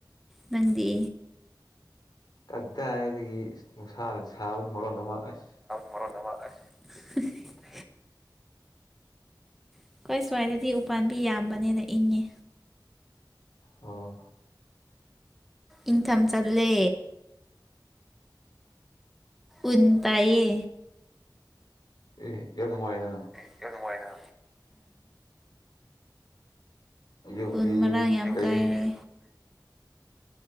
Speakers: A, in the centre; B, on the left (about 60°).
A: ꯅꯪꯗꯤ
B: ꯀꯗꯥꯏ ꯗꯒꯤ ꯏꯁ ꯅꯨꯡꯁꯥꯅ ꯁꯥꯕ ꯃꯔꯣꯟ ꯑꯃ ꯑꯁ
A: ꯃꯔꯣꯟ ꯑꯃ ꯑꯁ <unintelligible> ꯑꯩꯈꯣꯏ ꯁꯨꯋꯥꯏꯗꯗꯤ ꯎꯄꯥꯟꯕꯤ ꯌꯥꯝꯕꯅꯦꯅ ꯏꯪꯉꯦ
B: ꯑꯣ
A: ꯏꯪꯊꯝ ꯆꯜꯂꯦ ꯎꯟ ꯇꯥꯏꯌꯦ
B: ꯑꯦ ꯌꯥꯝ ꯅꯨꯡꯉꯥꯏꯅ
A: ꯑꯦ ꯌꯥꯝ ꯅꯨꯉꯥꯏꯅ
B: ꯑꯗꯨꯕꯨꯗꯤ
A: ꯎꯟ ꯃꯔꯥꯡ ꯌꯥꯝ
B: ꯀꯩ
A: ꯀꯥꯏꯔꯦ